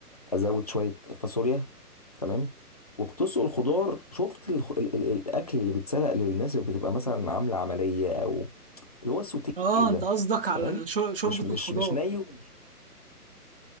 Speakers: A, on the left (about 25°); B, on the right (about 35°).
A: ازود شويه فاصوليا تمام وبتسلق الخضار شفت الخ- ال ال الاكل اللي بيتسلق للناس اللي بتبقى مثلا عامله عمليه او اللي هو السوتيه
B: اه
A: ده
B: أنت قصدك على
A: تمام
B: شر- شوربة
A: مش مش
B: الخضار
A: مش ني ومش